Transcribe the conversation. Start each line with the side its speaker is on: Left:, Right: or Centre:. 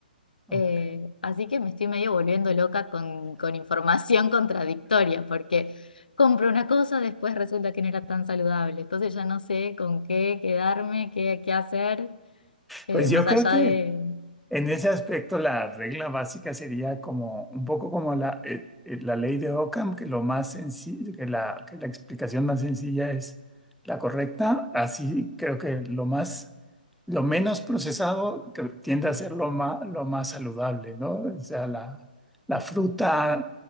Centre: Ok.
Left: Eh, así que me estoy medio volviendo loca con, con información <laughs> contradictoria, porque compro una cosa, después resulta que no era tan saludable. Entonces ya no sé con qué quedarme, qué, qué hacer, eh,
Centre: Pues
Left: más
Centre: yo creo
Left: allá
Centre: que
Left: de...
Centre: En ese aspecto, la regla básica sería como un poco como la, eh, eh, la ley de Ockham, que lo más sencillo, que la, que la explicación más sencilla es la correcta. Así creo que lo más, lo menos procesado que tiende a ser lo más, lo más saludable, ¿no? O sea, la, la
Left: Tal
Centre: fruta
Left: cual.